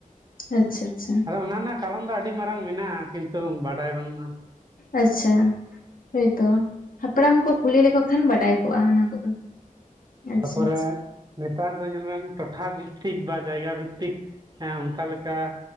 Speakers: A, on the left; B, on the right.
A: ᱟᱪᱪᱷᱟ ᱟᱪᱪᱷᱟ
B: ᱟᱫᱚ ᱚᱱᱟ ᱨᱮᱱᱟᱜ ᱠᱟᱨᱚᱱ ᱫᱚ ᱟᱹᱰᱤ ᱢᱟᱨᱟᱝ ᱢᱮᱱᱟᱜᱼᱟ᱾ ᱠᱤᱱᱛᱩ ᱵᱟᱰᱟᱭ ᱵᱟᱹᱱᱩᱜᱼᱟ᱾
A: ᱟᱪᱪᱷᱟ ᱦᱳᱭᱛᱚ ᱦᱟᱯᱲᱟᱢ ᱠᱚ ᱠᱩᱞᱤ ᱞᱮᱠᱚ ᱠᱷᱟᱱ ᱵᱟᱰᱟᱭ ᱠᱚᱜᱼᱟ ᱚᱱᱟ ᱠᱚᱫᱚ ᱟᱪᱪᱷᱟ
B: ᱛᱟᱯᱚᱨᱮ
A: ᱟᱪᱪᱷᱟ
B: ᱱᱮᱛᱟᱨ ᱫᱚ ᱧᱮᱞᱢᱮᱱ ᱴᱚᱴᱷᱟ ᱵᱷᱤᱛᱛᱤᱠ ᱵᱟ ᱡᱟᱭᱜᱟ ᱵᱷᱤᱛᱛᱤᱠ ᱚᱝᱠᱟ ᱞᱮᱠᱟ